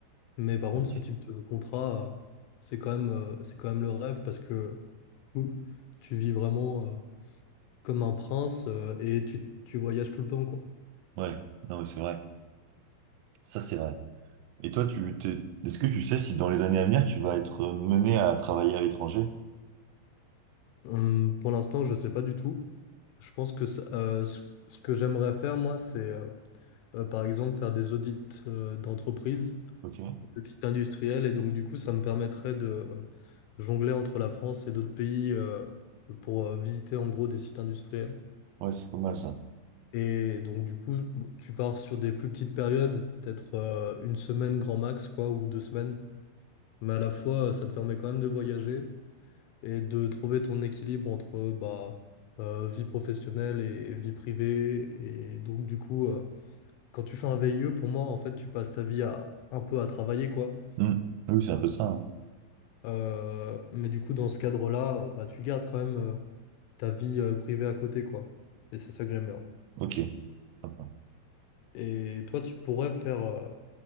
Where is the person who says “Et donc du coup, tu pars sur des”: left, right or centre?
Left